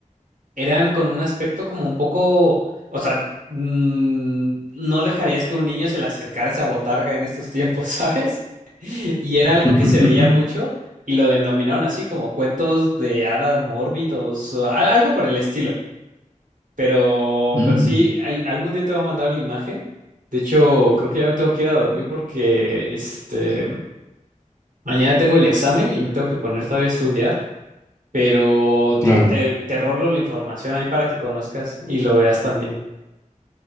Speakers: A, on the right; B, on the left.
A: eran con un aspecto como un poco, o sea, mm, no dejarías que un niño se le acercara esa botarga en estos tiempos, <laughs> ¿sabes? Y era
B: <laughs>
A: algo que se veía mucho y lo denominaron así como cuentos de hada mórbidos, o al- algo por el estilo. Pero,
B: mm,
A: pero sí, al- algún día te voy a mandar la imagen. De hecho, creo que ya me tengo que ir a dormir porque este mañana tengo el examen y me tengo que poner todavía a estudiar. Pero
B: claro,
A: te, te, te rolo la información ahí para que conozcas y lo veas también.